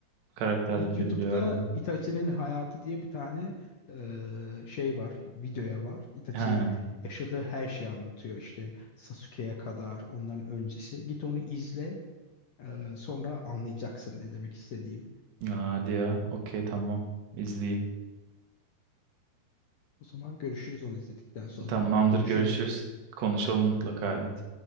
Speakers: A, on the right; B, on the left.
A: Karakterleri
B: Git
A: de
B: YouTube'da
A: biliyorum.
B: Itachi'nin hayatı diye bir tane e, şey var, videoya var. Itachi
A: Ha,
B: yaşadığı her şeyi anlatıyor işte Sasuke'ye kadar onların öncesi. Git onu izle e, sonra anlayacaksın ne demek istediğim.
A: hadi ya. Okey tamam. İzleyeyim.
B: O zaman görüşürüz onu izledikten sonra.
A: Tamamdır
B: Konuşalım
A: görüşürüz.
B: bunu.
A: Konuşalım mutlaka evet.